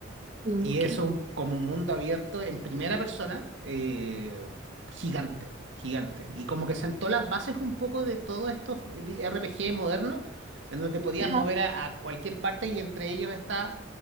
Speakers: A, on the right; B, on the right.
A: Mm,
B: Y
A: ok.
B: es un, como un mundo abierto en primera persona, eh, gigante, gigante. Y como que sentó las bases un poco de todos estos eh, vi- RPG modernos, en donde te podías
A: Ajá.
B: mover a, a cualquier parte y entre ellos está